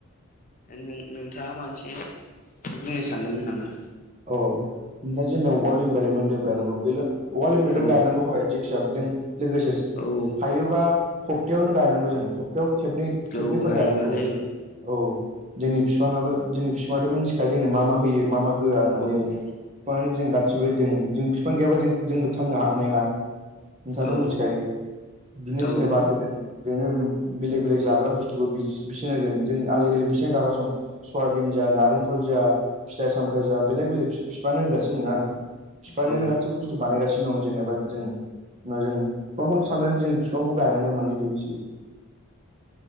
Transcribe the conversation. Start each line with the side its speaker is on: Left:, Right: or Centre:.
Left: नों नोंथाङा मानसे बुंनो सानदोंमोन नामा।
Right: औ ओमफाय वर्ल्ड इनभारमेन्टव गायनागौ बे वल्ड
Left: औ
Right: गायनांगौ हय फिसाबजों लोगोसे
Left: औ
Right: हायोबा सप्तायावनो गायनांगौ जों सप्तायाव खेबनै खेबनैफोर
Left: औ हायोबालाय
Right: गायनांगौ। औ जोंनि बिफाङाबो जोंनि बिफाङाथ' मिथिखायो जोंनो मा मा होयो मा मा होआ होननानै
Left: ओं
Right: फिफांआनो जों गासिबो जों जों बिफां गैयाबा जों जोंबो थांनो हानाय नङा नोंथाङाथ'
Left: औ
Right: मिथिखायो बिदिनो जोंनो
Left: औ
Right: बार होगोन। जोंनो बेलेग बेलेग जाग्रा बुस्थुखौ बि-बिसिनो होगोन जों आजिखालि बेसिबां जाग्रा सम सयाबिन जा नारेंखल जा सामफ्राइ जा बेलेग बेलेग फि-फिफाङानो होगासिनो दंना बिफाङानो
Left: औ
Right: गासिबो बुस थु बानायगासिनो दं जेनेबा जों जों बिफांखौनो साननानै जों बिफांखौ गायनांगोन माने बेनोसै